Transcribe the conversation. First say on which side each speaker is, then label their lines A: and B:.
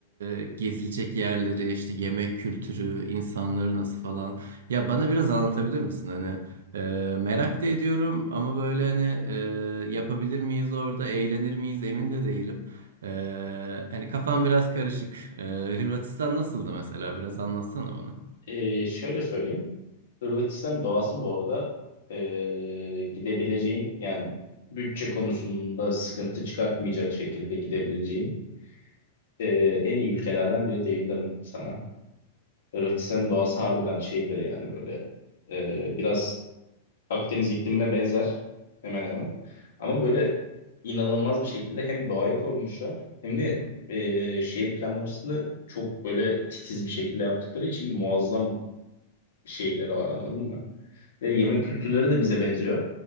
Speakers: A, on the right; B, on the left.
A: e, gezilecek yerleri, işte yemek kültürü, insanları nasıl falan. Ya bana biraz anlatabilir misin? Hani e, merak da ediyorum ama böyle hani e, yapabilir miyiz orada, eğlenir miyiz emin de değilim. Ee, hani kafam biraz karışık. Ee, Hırvatistan nasıldı mesela? Biraz anlatsana bana.
B: Ee, şöyle söyleyeyim. Hırvatistan doğası bu arada ee, gidebileceğin yani bütçe konusunda sıkıntı çıkartmayacak şekilde gidebileceğin ee, en iyi ülkelerden biri diyebilirim sana. Hırvatistan'ın doğası harbiden şeydir yani böyle ee, biraz Akdeniz iklimine benzer hemen hemen. Ama böyle inanılmaz bir şekilde hem doğayı korumuşlar hem de
A: Hı hı,
B: e, şehir planlamasını çok böyle titiz bir şekilde yaptıkları için muazzam şehirleri var anladın mı? Ve yemek kültürleri de bize benziyor.